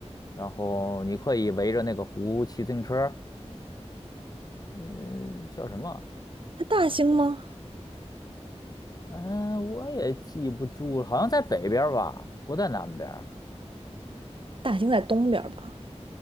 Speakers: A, on the left; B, on the right.
A: 然后你可以围着那个湖骑自行车儿，嗯，叫什么？
B: 它大兴吗？
A: 嗯，我也记不住了好像在北边儿吧，不在南边儿。
B: 大兴在东边儿吧？